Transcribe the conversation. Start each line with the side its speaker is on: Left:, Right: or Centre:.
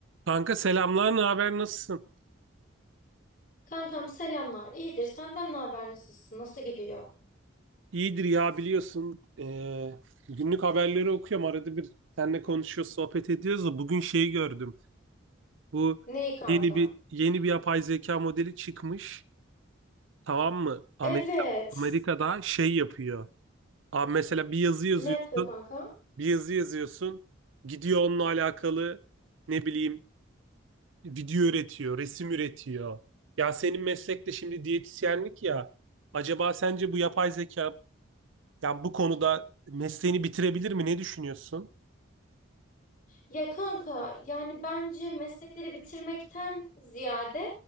Right: Kanka selamlar, ne haber, nasılsın?
Left: Kankam selamlar. İyidir. Senden ne haber? Nasılsın? Nasıl gidiyor?
Right: İyidir ya biliyorsun. Ee, günlük haberleri okuyorum. Arada bir seninle konuşuyoruz, sohbet ediyoruz da bugün şeyi gördüm. Bu
Left: Neyi kanka?
Right: yeni bir yeni bir yapay zeka modeli çıkmış. Tamam mı? Amerika,
Left: Evet.
Right: Amerika'da şey yapıyor. Abi mesela bir yazı yazıyorsun,
Left: Ne yapıyor kanka?
Right: bir yazı yazıyorsun. Gidiyor onunla alakalı ne bileyim video üretiyor, resim üretiyor. Ya senin meslek de şimdi diyetisyenlik ya. Acaba sence bu yapay zeka Yani bu konuda mesleğini bitirebilir mi? Ne düşünüyorsun?
Left: Ya kanka yani bence meslekleri bitirmekten ziyade